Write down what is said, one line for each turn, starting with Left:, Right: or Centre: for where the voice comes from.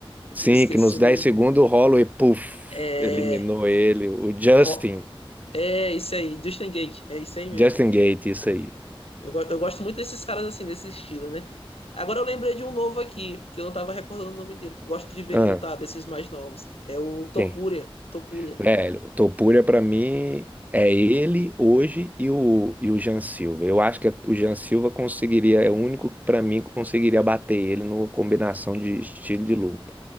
Right: sim,
Left: eu esqueci
Right: que nos
Left: o
Right: 10
Left: nome
Right: segundos
Left: dele.
Right: o Holloway, puff,
Left: É,
Right: eliminou ele. O Justin,
Left: o Ro- é isso aí, Justin Gate é isso aí mesmo.
Right: Justin Gaethje, isso aí.
Left: Eu, go- eu gosto muito desses caras, assim, desse estilo, né? Agora eu lembrei de um novo aqui, que eu não tava recordando o nome dele, que eu gosto de ver
Right: Ah,
Left: ele lutar, desses mais novos. É o Topuria,
Right: quem?
Left: Topuria.
Right: É, o Topuria pra mim é ele hoje e o, e o Jean Silva. Eu acho que o Jean Silva conseguiria, é o único que pra mim conseguiria bater ele no combinação de estilo de luta.